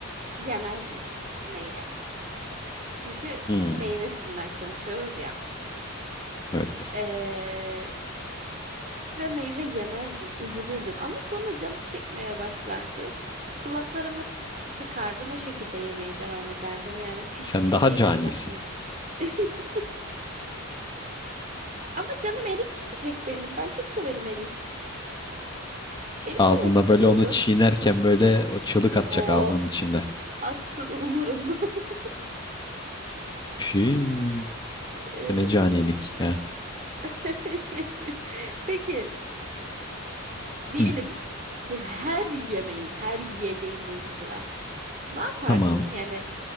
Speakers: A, on the right (about 35°); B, on the left (about 20°).
A: yemezdim meyve. Çünkü
B: Hmm,
A: meyve üstünden konuşuyoruz ya.
B: evet.
A: Ee, Ve meyve yemezdim, üzülürdüm. Ama sonra canım çekmeye başlardı. Kulaklarımı sıkardım, o şekilde yemeye devam ederdim. Yani pişmiş
B: Sen daha
A: meyveyi
B: canisin.
A: nasıl yiyeyim? <laughs> Ama canım erik çekecek benim. Ben çok severim erik. Erik
B: Ağzında
A: yemek istiyorum.
B: böyle onu çiğnerken böyle o çığlık atacak
A: Oh,
B: ağzının içinde.
A: atsın umurumda. <laughs>
B: Püh,
A: Evet.
B: bu ne canilik ya.
A: <laughs> Peki, diyelim
B: Hı,
A: ki her yemeğin, her yiyeceğin duygusu var. Ne yapardın?
B: tamam.
A: Yani